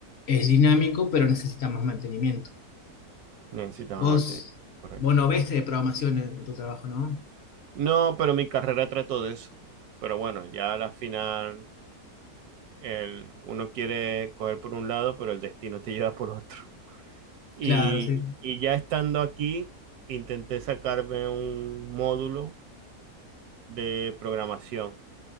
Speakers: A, on the left; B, on the right.
A: es dinámico pero necesita más mantenimiento.
B: Necesitas
A: Vos,
B: mantener. Correcto.
A: vos no ves de programación en, en tu trabajo, ¿no?
B: No, pero mi carrera trató de eso. Pero bueno, ya a la final el, uno quiere coger por un lado, pero el destino te <laughs> lleva por otro. Y,
A: Claro, sí.
B: y ya estando aquí, intenté sacarme un módulo de programación,